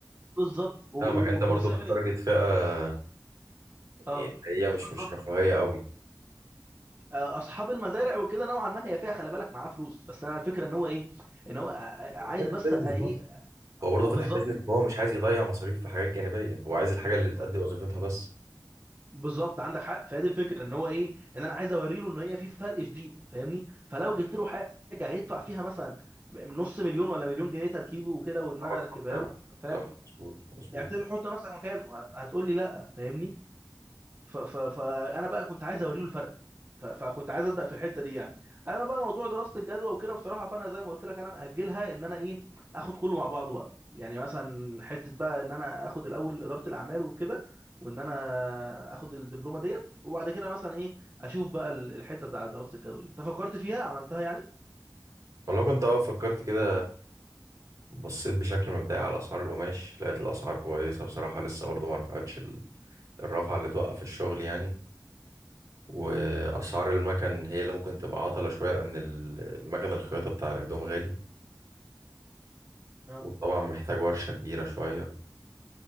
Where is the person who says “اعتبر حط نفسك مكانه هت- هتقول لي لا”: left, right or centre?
Right